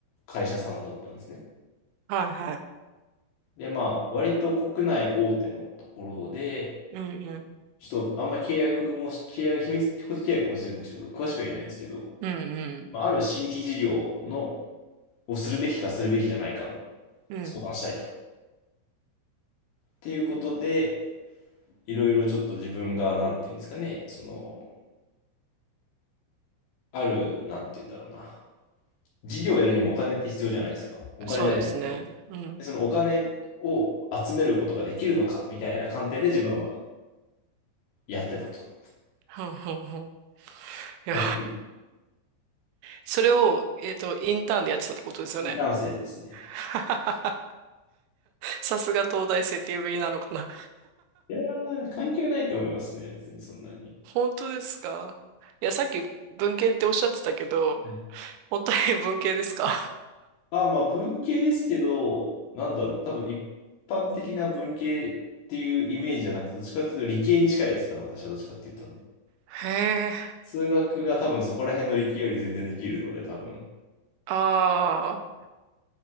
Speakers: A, on the left; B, on the right.
A: 会社さんだったんですね。
B: はいはい。
A: で、まあ、割と国内大手のところで、
B: うんうん
A: ちょっとあんま契約もし、契約、秘密、個人契約もしてるんですけど、詳しくは言えないんですけど、
B: うんうん
A: まあ、ある新規事業の、をするべきかするべきじゃないかの
B: うん。
A: 相談したいと。っていうことで、いろいろちょっと自分が、なんていうんですかね、その、ある、なんていうんだろうな。事業をやるにもお金って必要じゃないですか。お金ないとできない。
B: そうですね。うん。
A: でそのお金を集めることができるのか、みたいな観点で自分はやってたと。
B: ふんふんふん。いや、
A: ざっくり。
B: それを、えっと、インターンでやってたってことですよね。
A: インターン生ですね。
B: <laughs> さすが東大生って呼びなのかな。
A: いやー、関係ないと思いますね。別にそんなに。
B: <laughs> 本当ですかいや、さっき文系っておっしゃってたけど、
A: はい
B: 本当に文系ですか
A: まあまあ、文系ですけど、なんだろう。多分一般的な文系っていうイメージじゃなくて、どっちかっていうと理系に近いですね。私はどっちかっていうと。
B: <laughs> へえ、
A: 数学が多分そこら辺の理系より全然できるので、多分。
B: ああ、